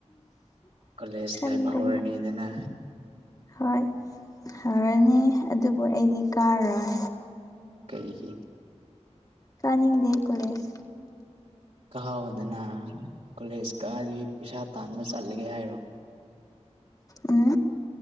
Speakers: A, on the right; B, on the left.
A: ꯀꯣꯂꯦꯖ
B: ꯈꯪꯗꯦ
A: ꯂꯥꯏꯐ ꯍꯧꯔꯅꯤꯗꯅ꯫
B: ꯍꯣꯏ ꯍꯧꯔꯅꯤ ꯑꯗꯨꯕꯨ ꯑꯩꯗꯤ ꯀꯥꯔꯣꯏ꯫
A: ꯀꯩꯒꯤ꯫
B: ꯆꯥꯅꯤꯡꯗꯦ ꯀꯣꯂꯦꯖ꯫
A: ꯀꯑꯣꯗꯅ ꯀꯣꯂꯦꯖ ꯀꯗꯤ ꯄꯩꯁꯥ ꯇꯥꯟꯕ ꯆꯠꯂꯒꯦ ꯍꯥꯏꯔꯣ꯫
B: ꯎꯝ